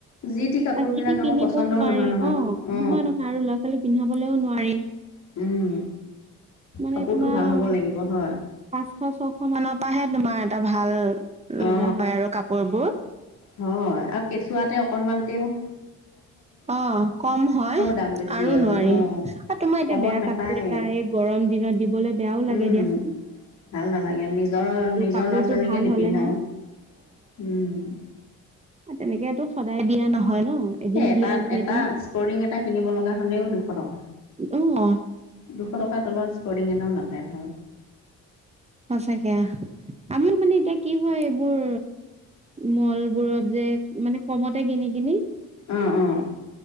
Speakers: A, on the left; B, on the right.
A: যি টি কাপোৰবিলাক
B: আজিকালি
A: আকৌ
B: কিনিবও
A: পচন্দও
B: নোৱাৰি
A: নহয় নহয়
B: অঁ
A: অ
B: নহয় ল'ৰা কালি পিন্ধাবলৈও নোৱাৰি,
A: উম
B: মানে
A: কাপোৰটো
B: তোমাৰ
A: ভাল
B: পাঁচশ,
A: হ'ব লাগিব হয়
B: ছশ মানৰ পৰাহে তোমাৰ এটা ভাল, লগা
A: অ
B: হয় আৰু কাপোৰ বোৰ।
A: হয় আৰু কেঁচুৱাতে অকনমানতেও
B: অঁ, কম হয়
A: দাম বেছি
B: আৰু নোৱাৰি
A: অ
B: আৰু তোমাৰ এতিয়া
A: কমত
B: বেয়া
A: নাপায়
B: কাপোৰ এটা এই গৰম দিনত দিবলে বেয়াও লাগে
A: উম
B: দিয়া চোন।
A: ভাল নালাগে, নিজৰ, নিজৰ
B: কাপোৰটো
A: ল'ৰা ছোৱালীকে
B: ভাল
A: নিপিন্ধাও।
B: হ'লেহে,
A: উম।
B: হে তেনেকো সদায় দিয়া নহয় ন'। এদিন
A: এ, এটা,
B: দিয়া যিহেতু,
A: এটা স্পৰ্টিং এটা কিনিব লগা হ'লেও দুশ টকা।
B: অ',
A: দুশ টকাৰ তলত স্পৰ্টিং এটাও নাপায় ভাল।
B: সচাঁকে আহ, আমিও মানে এতিয়া কি হয় এইবোৰ মল বোৰত যে, মানে কমতে কিনি কিনি
A: অঁ অঁ।